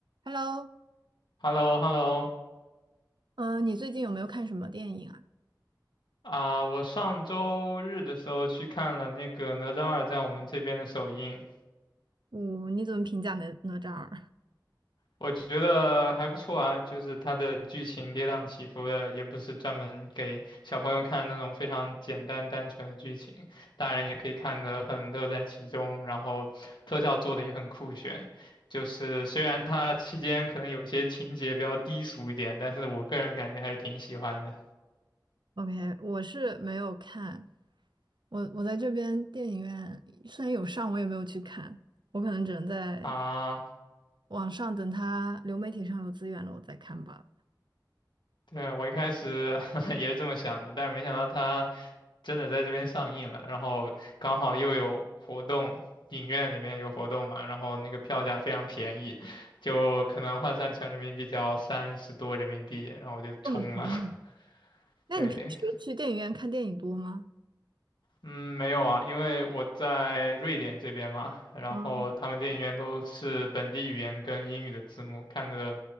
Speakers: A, on the right; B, on the left.
A: Hello，
B: h e l l o h e l l o
A: 嗯、你最近有没有看什么电影啊？
B: 啊，我上周日的时候去看了那个《哪吒二》在我们这边的首映，
A: 我，你怎么评价哪哪吒二
B: 我觉得还不错啊，就是它的剧情跌宕起伏的，也不是专门给小朋友看那种非常简单单纯的剧情，大人也可以看得很乐在其中，然后特效做的也很酷炫。就是虽然它期间可能有些情节比较低俗一点，但是我个人感觉还是挺喜欢的
A: ？OK，我是没有看，我我在这边电影院虽然有上，我也没有去看，我可能只能在
B: 啊。
A: 网上等它流媒体上有资源了，我再看吧。
B: 对啊，我一开始 <laughs> 也是这么想的，但是没想到它真的在这边上映了，然后刚好又有活动，影院里面有活动嘛，然后那个票价非常便宜，就可能换算成人民币只要三十多人民币，然后我就冲了。
A: 这么便宜？
B: <laughs>
A: 那你平时去电影院看电影多吗？
B: 对，嗯，没有啊，因为我在瑞典这边嘛，然后他们电影院都是本地语言跟英语的字幕，
A: 嗯，
B: 看的